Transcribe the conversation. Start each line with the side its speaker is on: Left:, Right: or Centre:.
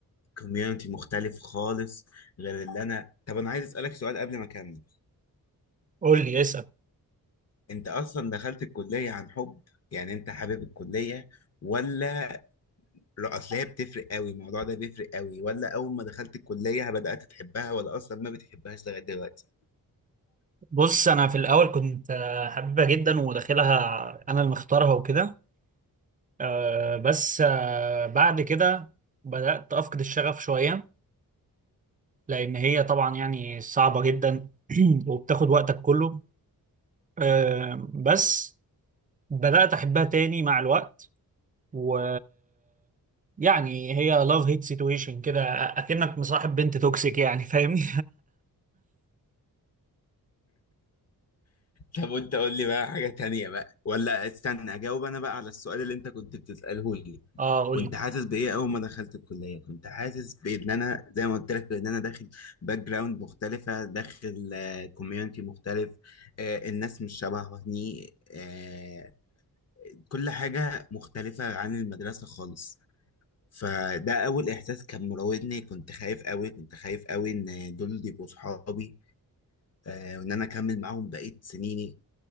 Left: كوميونتي مختلف خالص غير اللي انا طب انا عايز اسالك سؤال قبل ما اكمل
Right: قول لي اسال
Left: انت اصلا دخلت الكليه عن حب يعني انت حابب الكليه ولا لا، اصل هي بتفرق قوي الموضوع ده بيفرق قوي ولا اول ما دخلت الكليه بدات تحبها ولا اصلا ما بتحبهاش لغايه دلوقتي
Right: بص انا في الاول كنت آه، حبيبها جدا وداخلها انا اللي مختارها وكده آه، بس آه، بعد كده بدأت أفقد الشغف شوية لان هي طبعا يعني صعبة جدا <clears throat> وبتاخد وقتك كله آه، بس بدأت احبها تاني مع الوقت و يعني هي لاف هيت سيتويشن كده اكنك مصاحب بنت توكسيك يعني فاهمني
Left: طب وانت قول لي بقى حاجة تانية بقى ولا استنى اجاوب انا بقى على السؤال اللي انت كنت بتسأله لي
Right: <laughs> اه قول
Left: كنت
Right: لي
Left: حاسس بايه اول ما دخلت الكلية كنت حاسس بان انا زي ما قلت لك ان انا داخل باك جراوند مختلفة داخل كوميونتي مختلف آه، الناس مش شبهني آه، كل حاجة مختلفة عن المدرسة خالص فده اول احساس كان مراودني كنت خايف قوي كنت خايف قوي ان دول يبقوا صحابي آه، وان انا اكمل معاهم بقية سنيني